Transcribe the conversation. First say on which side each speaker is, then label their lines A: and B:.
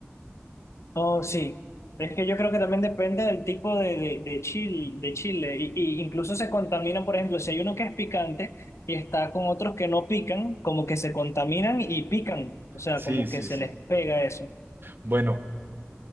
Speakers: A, on the left (about 85°); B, on the right (about 50°).
A: Oh,
B: Y-
A: sí. Es que yo creo que también depende del tipo de, de, de chile, de chile. Y, y incluso se contaminan, por ejemplo, si hay uno que es picante y está con otros que no pican, como que se contaminan y pican. O sea,
B: Sí,
A: como
B: sí,
A: que se
B: sí.
A: les pega eso.
B: Bueno,